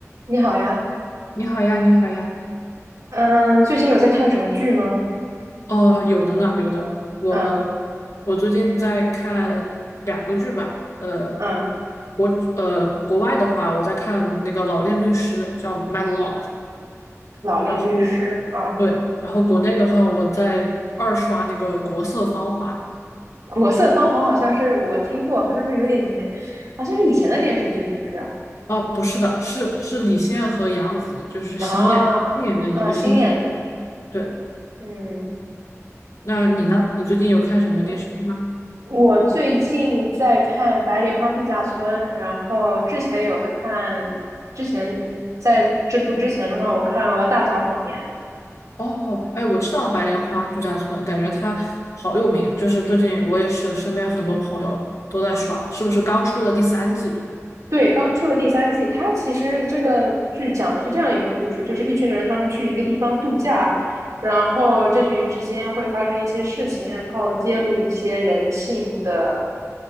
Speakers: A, on the right; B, on the left.
A: 你好呀，
B: 你好呀，你好呀。
A: 嗯，最近有在看什么剧吗？
B: 哦，有的呢，有的。我
A: 嗯
B: 我最近在看两个剧吧。呃，
A: 嗯，
B: 国呃国外的话，我在看那个《老练律师》，叫《Matlock》。
A: 《老练律师》啊，
B: 然后对，然后国内的话，我在二刷那个《国色芳华》。
A: 国色芳华》好像是我听过，好像是不是有点年，好像是以前的电视剧，是不是啊？
B: 哦，不是的，是是李现和杨紫，就是新演新演的一个新。
A: 啊啊，新演的，
B: 对，
A: 嗯，
B: 那你呢？你最近有看什么电视剧吗？
A: 我我最近在看《白莲花度假村》，然后之前有看，之前嗯在这部之前的话，我看了《大小谎言》，
B: 哦，哎，我知道白莲花度假村，感觉它好有名。就是最近我也是身边很多朋友都在刷，是不是刚出了第三季，对吧？
A: 对，刚出的第三季，它其实这个剧讲的是这样一个故事，就是一群人他们去一个地方度假，然后这群人之间会发生一些事情，然后揭露一些人性的，